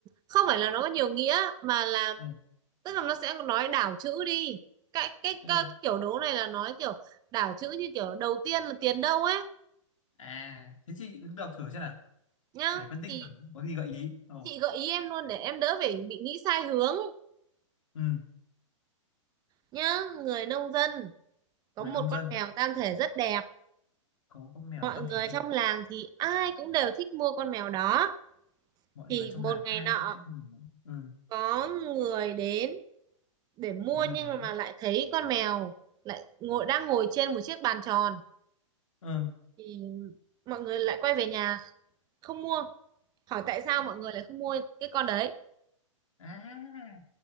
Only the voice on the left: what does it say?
Ừ.
Thế
này.
À, thế chị cứ đọc thử xem nào.
Để phân tích
xem có gì gợi ý. Ồ.
Ừ.
Người
nông dân
có con mèo
tam
thể rất
Việt.
Mọi
người trong
làng
ai
cũng thích mình. Ừ.
Có người
đến.
Ừ.
Không.
À,